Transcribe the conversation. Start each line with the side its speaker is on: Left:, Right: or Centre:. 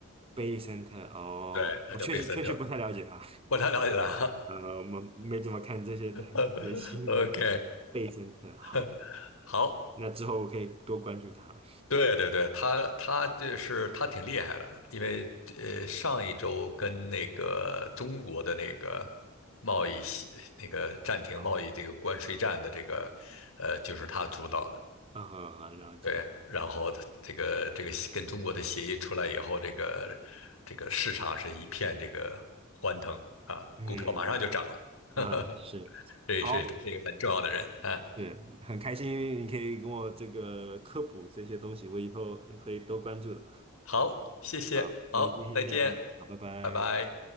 Right: ，Bay Center，哦，
Left: 对，他叫贝森特，
Right: 我确实确实不太了解他，
Left: 不太了解他
Right: 呃，我们没怎么看这些的这些新闻
Left: <laughs>，OK
Right: 贝森特，好，
Left: <laughs>。好，
Right: 那之后我可以多关注他
Left: 对对对，他他就是他挺厉害的，因为呃上一周跟那个中国的那个贸易协那个暂停贸易这个关税战的这个呃就是他主导的，
Right: 啊，嗯，好，好了解，
Left: 对，然后他这个这个跟中国的协议出来以后，这个这个市场是一片这个欢腾啊，
Right: 嗯，
Left: 股票马上就涨了，<laughs>
Right: 啊，是，
Left: 这也是他是一个很重要的人啊。
Right: 好。是很开心，你可以跟我这个科普这些东西，我以后会多关注的。
Left: 好，谢谢，
Right: 啊，那么今天先这样，
Left: 好，再见，
Right: 嗯，好，拜拜。
Left: 拜拜。